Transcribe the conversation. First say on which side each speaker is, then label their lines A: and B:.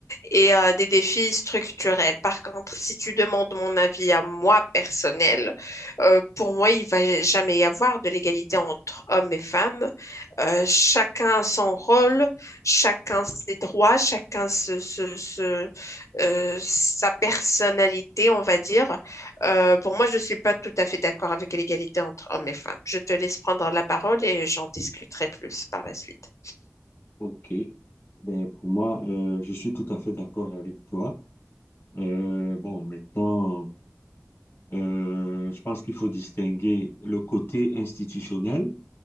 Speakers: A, on the left; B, on the left.
A: et euh, des défis structurels. Par contre, si tu demandes mon avis à moi personnel, euh, pour moi, il va jamais y avoir de l'égalité entre hommes et femmes. Euh, chacun a son rôle, chacun ses droits, chacun se- se- se- euh, sa personnalité, on va dire. Euh, pour moi, je ne suis pas tout à fait d'accord avec l'égalité entre hommes et femmes. Je te laisse prendre la parole et j'en discuterai plus par la suite.
B: Ok. Ben, pour moi, euh, je suis tout à fait d'accord avec toi. Euh, bon, maintenant, euh, je pense qu'il faut distinguer le côté institutionnel